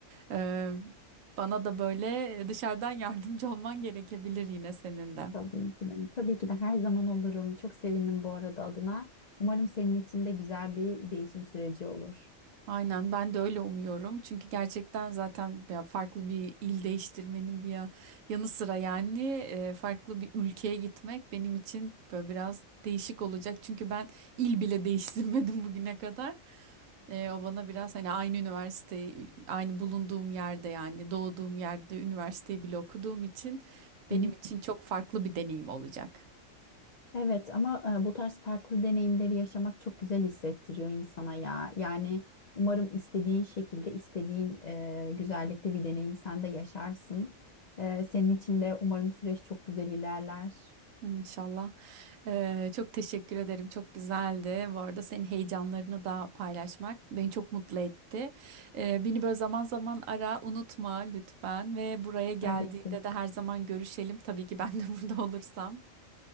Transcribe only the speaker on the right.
Ee, bana da böyle dışarıdan <laughs> yardımcı olman gerekebilir yine senin de.
Aynen ben de öyle umuyorum. Çünkü gerçekten zaten ya farklı bir il değiştirmenin bir ya- yanı sıra yani e, farklı bir ülkeye gitmek benim için böyle biraz değişik olacak. Çünkü ben il bile değiştirmedim <laughs> bugüne kadar. E, o bana biraz hani aynı üniversite, aynı bulunduğum yerde yani doğduğum yerde üniversiteyi bile okuduğum için benim
için çok farklı bir deneyim olacak.
İnşallah. E, çok teşekkür ederim. Çok güzeldi. Bu arada senin heyecanlarını da paylaşmak beni çok mutlu etti. E, beni böyle zaman zaman ara, unutma lütfen ve buraya geldiğinde
de her zaman görüşelim. Tabii ki ben de <laughs> burada olursam.